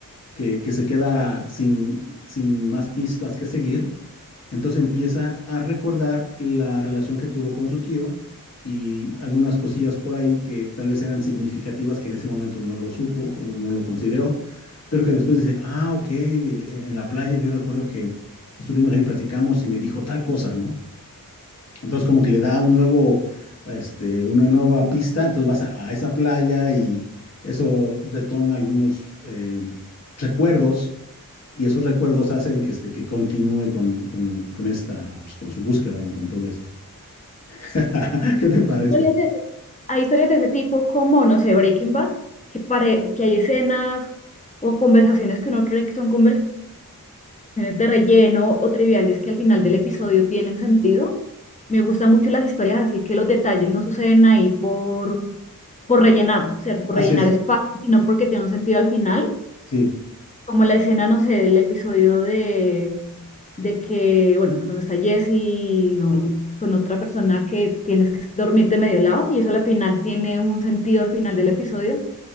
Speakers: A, on the left (about 45°); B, on the left (about 20°).
A: que, que se queda sin, sin más pistas que seguir Entonces empieza a recordar la relación que tuvo con su tío y algunas cosillas por ahí que tal vez eran significativas que en ese momento no lo supo o no, no lo consideró, pero que después dice, ah, ok, e-, en la playa yo recuerdo que estuvimos ahí, platicamos y me dijo tal cosa, ¿no? Entonces como que le da un nuevo, este, una nueva pista, entonces vas a, a esa playa y eso detona algunos eh, recuerdos y esos recuerdos hacen que, este, que continúe con, con, con esta, pues, con su búsqueda, ¿no? Con todo esto. <laughs> ¿Qué te parece?
B: Historias de ese- Hay historias de ese tipo como, no sé, Breaking Bad, que, pare- que hay escenas o conversaciones que uno cree que son conversaciones de relleno o triviales que al final del episodio tienen sentido. Me gustan mucho las historias, así que los detalles no suceden ahí por por rellenar, ¿cierto? Por
A: Así
B: rellenar
A: es,
B: espacio, sino porque tiene un sentido al final,
A: sí.
B: como la escena, no sé, del episodio de, de que, bueno, cuando está Jesse, no, con otra persona que tienes que dormir de medio lado, y eso al final tiene un sentido al final del episodio.